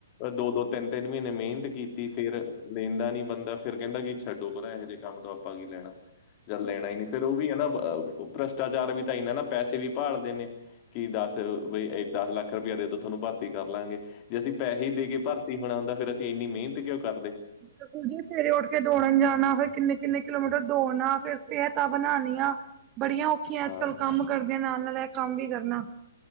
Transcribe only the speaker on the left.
ਦੋ-ਦੋ ਤਿੰਨ-ਤਿੰਨ ਮੀਨੇ ਮੇਨਤ ਕੀਤੀ ਫੇਰ ਲੈਂਦਾ ਨੀ ਬੰਦਾ ਫੇਰ ਕੈਂਦਾ ਕੀ ਛੱਡੋ ਪਰਾਂ ਇਹੋ ਜੇ ਕੰਮ ਤੋਂ ਆਪਾਂ ਕੀ ਲੈਨਾ, ਜਦ ਲੈਣਾ ਈ ਨੀ ਫੇਰ ਓ ਵੀ ਹਨਾ ਭ੍ਰਸ਼ਟਾਚਾਰ ਵੀ ਤਾਂ ਏਨਾਂ ਨਾ ਪੈਸੇ ਵੀ ਭਾਲਦੇ ਨੇ। ਕੀ ਦਸ ਬਈ ਦਸ ਲੱਖ ਰੁਪਏਆ ਦੇਦੋ ਥੋਨੂੰ ਭਰਤੀ ਕਰ ਲਾਂਗੇ। ਜੇ ਅਸੀਂ ਪੈਸੇ ਦੇ ਕੇ ਭਰਤੀ ਹੋਨਾ ਹੁੰਦਾ ਫੇਰ ਅਸੀਂ ਏਨੀ ਮੇਨਤ ਕਿਓਂ ਕਰਦੇ।
ਹਾਂ